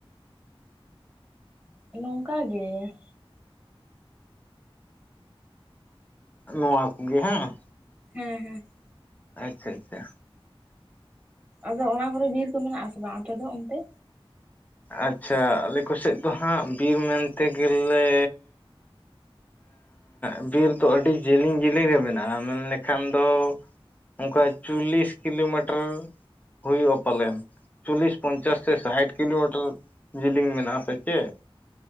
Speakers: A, on the right (about 15°); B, on the left (about 15°).
A: ᱱᱚᱝᱠᱟ ᱜᱮ ᱾
B: ᱱᱚᱣᱟ ᱠᱚᱜᱤ ᱦᱟᱸᱜ
A: ᱦᱮᱸ ᱦᱮᱸ ᱾
B: ᱟᱪᱪᱷᱟ ᱟᱪᱪᱷᱟ᱾
A: ᱟᱫᱚ ᱚᱱᱟ ᱠᱚᱨᱮ ᱵᱤᱨ ᱠᱚ ᱢᱮᱱᱟᱜ ᱟᱥᱮ ᱵᱟᱝ ᱟᱯᱮ ᱫᱚ ᱚᱱᱛᱮ?
B: ᱟᱪᱪᱷᱟ ᱟᱞᱮ ᱠᱚᱥᱮᱫᱽ ᱫᱚ ᱦᱟᱸᱜ ᱵᱤᱨ ᱢᱮᱱᱛᱮ ᱜᱮᱞᱮ ᱮᱸ ᱵᱤᱨ ᱫᱚ ᱟᱹᱰᱤ ᱡᱮᱞᱤᱧ ᱡᱮᱞᱤᱧ ᱨᱮ ᱢᱮᱱᱟᱜ-ᱟ, ᱢᱮᱱᱞᱮᱠᱷᱟᱱ ᱫᱚ ᱚᱱᱠᱟ ᱪᱚᱞᱞᱤᱥ ᱠᱤᱞᱳᱢᱤᱴᱟᱨ ᱦᱩᱭᱩᱜ-ᱟ ᱯᱟᱞᱮᱱ᱾ ᱪᱚᱞᱞᱤᱥ ᱯᱚᱧᱪᱟᱥ ᱥᱮ ᱥᱟᱭᱴ ᱠᱤᱞᱳᱢᱤᱴᱟᱨ ᱡᱮᱞᱤᱝ ᱢᱮᱱᱟᱜ-ᱟ ᱟᱥᱮ ᱪᱮᱫ